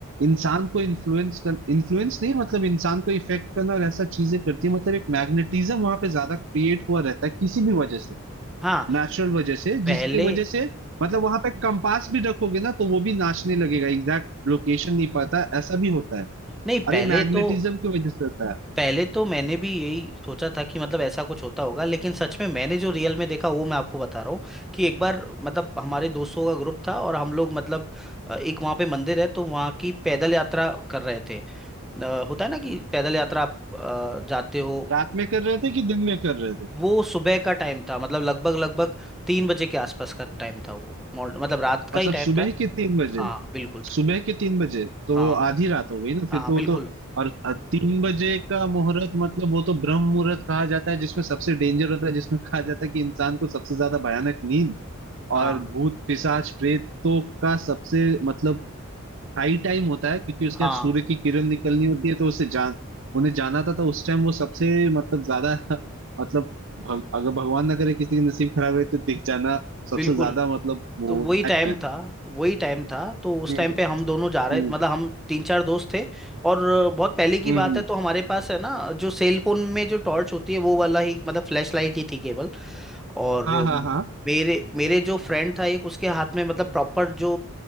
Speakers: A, on the right; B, in the centre.
A: इंसान को इन्फ्लुएंस कर इन्फ्लुएंस नहीं मतलब इंसान को इफेक्ट करना और ऐसा चीजें करती है मतलब एक मैग्नेटिज्म वहां पे ज्यादा क्रिएट हुआ रहता है किसी भी वजह से
B: हाँ
A: नेचुरल वजह से
B: पहले
A: जिसकी वजह से मतलब वहां पे कंपास भी रखोगे ना तो वो भी नाचने लगेगा एग्जैक्ट लोकेशन नहीं पता ऐसा भी होता है
B: नहीं
A: और
B: पहले
A: ये मैग्नेटिज्म
B: तो
A: की वजह से होता है
B: पहले तो मैंने भी यही सोचा था कि मतलब ऐसा कुछ होता होगा लेकिन सच में मैंने जो रियल में देखा वो मैं आपको बता रहा हूँ कि एक बार मतलब हमारे दोस्तों का ग्रुप था और हम लोग मतलब अ, एक वहाँ पे मंदिर है तो वहाँ की पैदल यात्रा कर रहे थे अ, होता है ना कि पैदल यात्रा आप अ, जाते हो
A: रात में कर रहे थे कि दिन में कर रहे थे
B: वो सुबह का टाइम था मतलब लगभग लगभग तीन बजे के आसपास का टाइम था वो मॉर्न- मतलब रात का
A: मतलब
B: ही टाइम
A: सुबह
B: था
A: के तीन बजे
B: हाँ बिल्कुल
A: सुबह के तीन बजे तो
B: हाँ
A: वो आधी रात हो गई ना फिर
B: हाँ
A: तो
B: बिल्कुल
A: वो तो और अ, तीन बजे का मुहूर्त मतलब वो तो ब्रह्म मुहूर्त कहा जाता है जिसमें सबसे डेंजर होता है जिसमें कहा जाता है कि इंसान को सबसे ज्यादा भयानक नींद
B: हाँ
A: और भूत पिशाच प्रेतों का सबसे मतलब हाई टाइम होता है क्योंकि उसके
B: हाँ
A: बाद सूर्य की किरण निकलनी होती है तो उसे जान उन्हें जाना था तो उस टाइम वो सबसे मतलब ज्यादा <laughs> मतलब भग, अगर भगवान ना करे किसी की नसीब खराब रहे तो दिख जाना सबसे
B: बिल्कुल
A: ज्यादा मतलब वो
B: तो वही टाइम
A: टाइम
B: था वही टाइम था तो उस
A: है
B: टाइम पे हम दोनों
A: हम्म
B: जा रहे मतलब हम तीन चार दोस्त थे और बहुत पहले की
A: हम्म
B: बात
A: हम्म,
B: है तो हमारे पास है ना जो सेल फोन में जो टॉर्च होती है वो वाला ही मतलब फ्लैश लाइट ही थी केवल और
A: हाँ हाँ हाँ
B: मेरे मेरे जो फ्रेंड था एक उसके हाथ में मतलब प्रॉपर जो